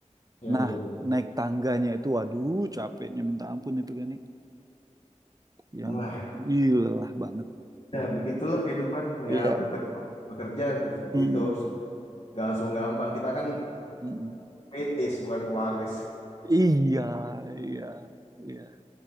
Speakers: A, on the left; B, on the right.
A: Ya,
B: Nah,
A: betul, betul.
B: naik tangganya itu waduh capeknya minta ampun itu kan yang
A: Wah,
B: ih, lelah banget. Lelah
A: ya
B: banget.
A: begitulah kehidupan
B: Iya.
A: ya beker- bekerja seperti seperti
B: Mm,
A: itu Se- nggak langsung gampang. Kita kan
B: mm.
A: perintis bukan pewaris.
B: Iya, iya, iya.